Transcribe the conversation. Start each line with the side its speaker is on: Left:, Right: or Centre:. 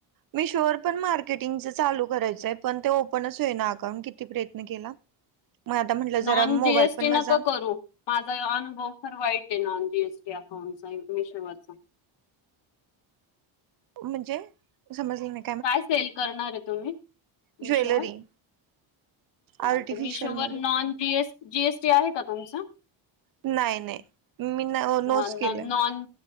Right: मीशोवर पण मार्केटिंगच चालू करायचंय. पण ते ओपनच होईना अकाउंट. किती प्रयत्न केला. मग आता म्हटलं जरा
Left: नॉन,
Right: मोबाईल
Left: जी एस
Right: पण
Left: टी
Right: माझा
Left: नका करू. माझा अनुभव फार वाईटे नाॉन जी एस टी अकाउंटचा. मेशोवरचा.
Right: म्हणज, समजले नाही.
Left: काय सेल करणारे तुम्ही? मिशोवर.
Right: ज्वेलरी
Left: हा
Right: आर्टिफिशल
Left: त मिशोवर
Right: मध्ये
Left: non G S, G S T आहे का तुमचं?
Right: नाही, नाही, मी नोच
Left: नॉन
Right: केलंय.
Left: नॉन